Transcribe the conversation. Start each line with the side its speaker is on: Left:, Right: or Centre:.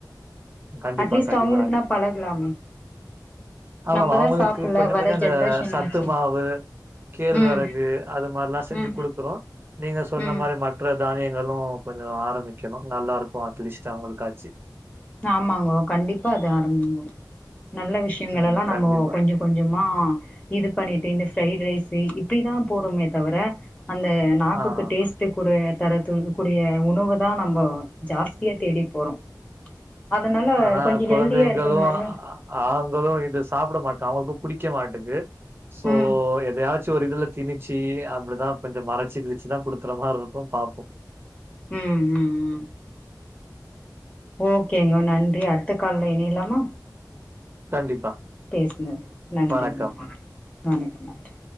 Right: கண்டிப்பா,
Left: அட்லீஸ்ட்
Right: கண்டிப்பா.
Left: அவங்களுக்னா பழகலாமே
Right: ஆமம்மா
Left: நம்மதா
Right: அவ்ங்களுக்கு
Left: சாப்புட்ல
Right: கொஞ்சோ
Left: வர
Right: கொஞ்சோ இந்த
Left: ஜென்ரேஷன்
Right: சத்து
Left: ஆச்சு
Right: மாவு கேழ்வெறகு
Left: ம்
Right: அது மார்லா செஞ்சு
Left: ம்
Right: குடுக்குறோ நீங்க சொன்ன
Left: ம்
Right: மாரி மற்ற தானியங்களு கொஞ்ச ஆரம்பிக்கணு நல்லா இருக்கு அட்லீஸ்ட் அவங்களுக்காச்சு
Left: ஆமாங்கோ கண்டிப்பா இத ஆரம்மிங்கோ நல்ல விஷ்யங்களலா
Right: ம். கண்டிப்பா.
Left: நம்மோ கொஞ்ச கொஞ்சமா இது பண்ணிட்டு இந்த ஃப்ரைட் ரைஸு இப்டிதா போறோமே தவர அந்த நாக்குக்கு
Right: ஆ.
Left: டேஸ்ட்டுக்குரு தரத்துன் கூடிய உணவு தா நம்ப ஜாஸ்தியா தேடி போறோ அதனால
Right: ஆனா
Left: கொஞ்சோ
Right: கொழந்தைங்களு
Left: ஹெல்தியா இருக்கிற மாரியு
Right: ஆ ஆண்ங்களு இது சாப்ட மாட்டா அவ்ங்கக்குப் புடிக்க மாட்டுக்கு சோ
Left: ம்
Right: எதையாச்சும் ஒரு இதுல திணிச்சி அப்டிதா கொஞ்சம் மறச்சு <unintelligible> தா குடுக்கற மாரி இருக்கும் பாபோம்
Left: உம் உம் உம் ஓகேங்க நன்றி அடுத்த கால்ல இனையலாமா
Right: கண்டிப்பா
Left: பேசண நன்றி
Right: வணக்கம்
Left: மா வணக்கு நன்றி